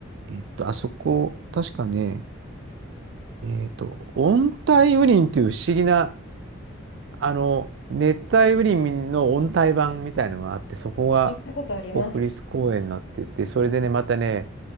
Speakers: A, on the right; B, on the left.
A: えっと、あそこ、確かね、えっと、温帯雨林っていう不思議な、あの、熱帯雨林の温帯版みたいのがあって、そこが国立公園になってて、
B: 聞いたことあります。
A: それでね、またね、